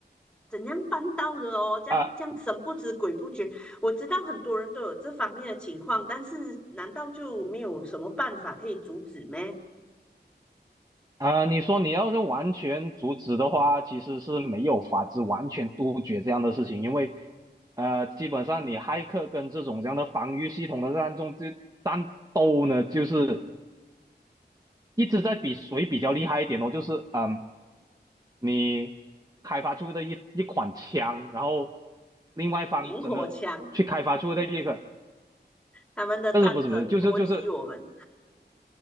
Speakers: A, in the centre; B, on the right.
A: 怎样办到的哦？这样这样神不知鬼不觉，
B: 啊。
A: 我知道很多人都有这方面的情况，但是难道就没有什么办法可以阻止咩？
B: 啊、你说你要是完全阻止的话，其实是没有法子完全杜绝这样的事情，因为呃，基本上你骇客跟这种这样的防御系统的战中这战斗呢，就是一直在比谁比较厉害一点哦，就是嗯，你开发出的一一款枪，然后另外一方真的去开发出的一个，
A: 萤火墙，他们的战争波及我们。
B: 不是不是不是，就是就是